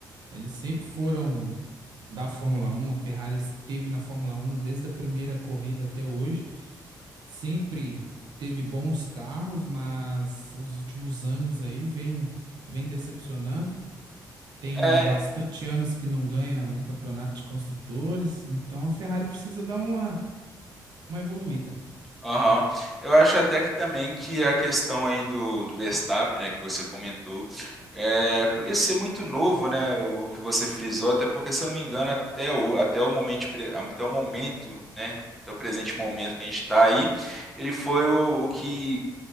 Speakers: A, on the right; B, in the centre.
A: Eles sempre foram da Fórmula Um. A Ferrari esteve na Fórmula Um desde a primeira corrida até hoje. Sempre teve bons carros, mas os últimos anos aí vem, vem decepcionando. Tem
B: É,
A: bastante anos que não ganha um campeonato de construtores, então a Ferrari precisa dar uma, uma evoluída.
B: aham. Eu acho até que também que a questão aí do, do Verstappen, né, que você comentou, é, por ele ser muito novo, né, o que você frisou, até porque, se eu não me engano, até o, até o momento, pre- até o momento, né, até o presente momento que a gente está aí, ele foi o, o que